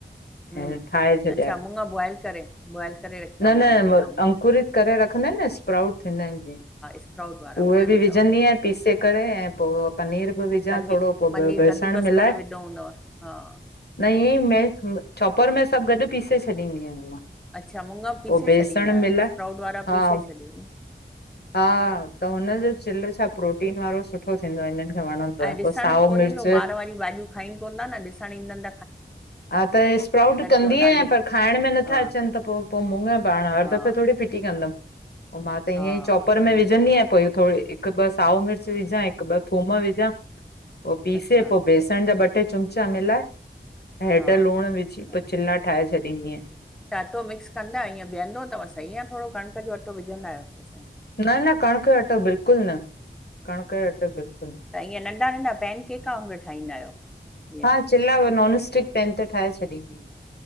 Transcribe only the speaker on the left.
ऐं ठाहे छॾिया
न
न
म-
अंकुरित
करे रखंदा आहिन न स्प्राउड थींदा आहिन जिअं
उहे बि
विझंदी आयां पीसे करे ऐं पो पनीर बि विझां
थोरो पो
ब बेसण
मिलाए
नई म चॉपर में सभु गॾु पीसे छॾींदी आयां मां।
पोइ बेसण
मिलाए
हा
हा त हुनजो चिल्लो छा प्रोटीन वारो सुठो थींदो हिननि खे वणंदो
आहे
पोइ साओ
मिर्च
हा त स्प्राउट कंदी
आहियां पर खाइण में नथा
अचनि त पो पो मुङ पाण हर
दफ़े थोड़ी फिटी कंदमि। पो मां त
ईअं ई चॉपर
में विझंदी
आहियां पो ई थोड़ी हिकु ॿ साओ मिर्च विझां हिकु ॿ थूम विझां पो पीसे
पो बेसण जा ॿट टे चुमिचा मिलाए हैड
लूणु विझी
पो चिल्ल ठाहे छॾींदी यां।
न न कणिक यो अटो बिल्कुलु न कणिक जो अटो बिल्कुलु न।
हा चिला नॉनस्टिक पेन ते ठाहे छॾींदी।